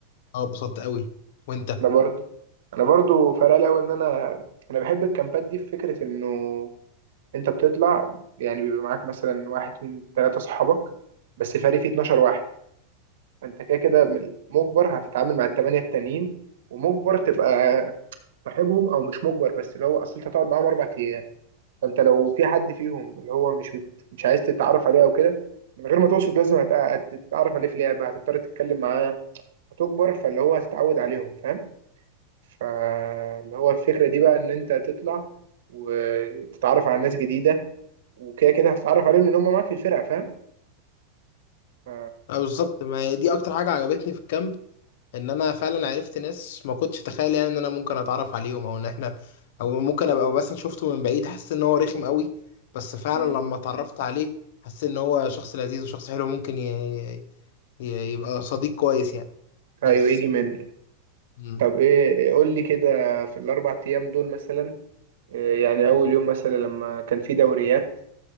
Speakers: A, on the left; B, on the right.
A: اه اتبسطت قوي وانت
B: انا برضو انا برضو فرق لي أوي ان انا انا بحب الكامبات دي في فكره انه انت بتطلع يعني بيبقى معاك مثلا واحد اتنين تلاته صحابك بس فريق فيه 12 واحد فانت كده كده من- مجبر هتتعامل مع التمانيه التانيين ومجبر تبقى صاحبهم او مش مجبر بس اللي هو اصل انت هتقعد معاهم اربع ايام فانت لو في حد فيهم اللي هو مش بت... مش عايز تتعرف عليه او كده من غير ما تقصد لازم هت- هتتعرف عليه في لعبه هتضطر تتكلم معاه هتكبر فاللي هو هتتعود عليهم فاهم فاللي هو الفكره دي بقى ان انت تطلع وتتعرف على ناس جديده وكده كده هتتعرف عليهم لان هم معاك في الفرقه فاهم ف...
A: اه بالظبط ما هي دي اكتر حاجه عجبتني في الكامب ان انا فعلا عرفت ناس ما كنتش اتخيل يعني ان انا ممكن اتعرف عليهم او ان احنا او ممكن ابقى بس شفته من بعيد حسيت ان هو رخم قوي بس فعلا
B: مم.
A: لما اتعرفت عليه حسيت ان هو شخص لذيذ وشخص حلو ممكن ي... ي... يبقى صديق كويس يعني
B: ايوه
A: بس
B: يجي من
A: مم.
B: طب ايه قول لي كده في الاربع ايام دول مثلا إيه يعني اول يوم مثلا لما كان في دوريات